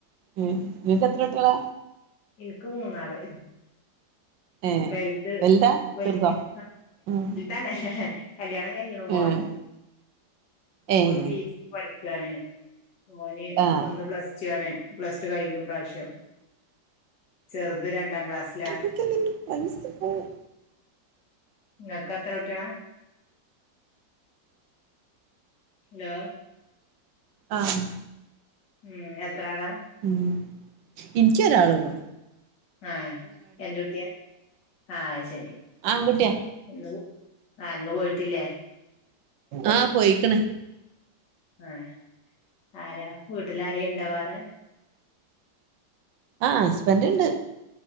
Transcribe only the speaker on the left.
ഇന്ക്ക് മൂന്നാള്
വലുത്
വല്യത്
നാല് കല്യാണം കഴിഞ്ഞ ഒര് മോള്ണ്ട്
ഓള്
പീ ജി പഠിക്കാണ് മോന്
ഒന്ന് പ്ലസ് ടു ആണ് പ്ലസ് ടു കഴിഞ്ഞു ഇപ്രാശ്യം ചെറുത് രണ്ടാം ക്ലാസ്
ഇക്കക്ക് എത്ര കുട്ട്യാള ഹലോ
ഉം എത്ര ആളാ
ആഹ എന്തുകൂട്ടിയ ആഹ അത്‌ ശെരി
ഇന്ന് ആഹ് ഇന്ന് പോയിട്ടില്ലേ
ആഹ ആരാ വീട്ടിലാരേ ഇണ്ട വേറെ